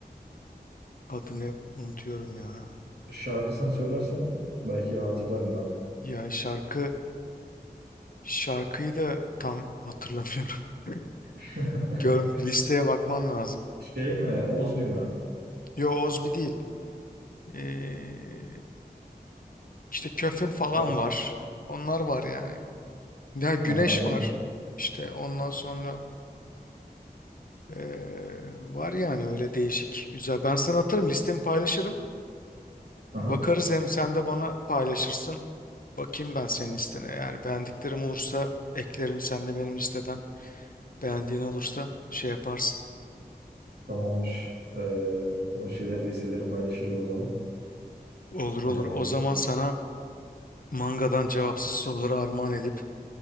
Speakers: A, on the left (about 60°); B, on the right (about 80°).
A: Adını unutuyorum ya.
B: şarkısını söylersen belki hatırlarım ben.
A: Ya şarkı şarkıyı da tam hatırlamıyorum. <laughs>
B: <laughs>
A: Gör, listeye bakmam lazım.
B: Şey mi? Ozbi mi?
A: Yo Ozbi değil. Ee, işte Köfün falan
B: Ha,
A: var. Onlar var yani. Ya güneş
B: ha, onun,
A: var işte ondan sonra eee, var yani öyle değişik güzel. Ben sana atarım listemi paylaşırım.
B: ha,
A: Bakarız hem sen de bana paylaşırsın. Bakayım ben senin listene. Eğer beğendiklerim olursa eklerim. Sen de benim listeden beğendiğin olursa şey yaparsın.
B: tamammış. Ee, o şeyler listeleri paylaşırız o zaman.
A: Olur olur.
B: Ee,
A: O zaman sana mangadan cevapsız soruları armağan edip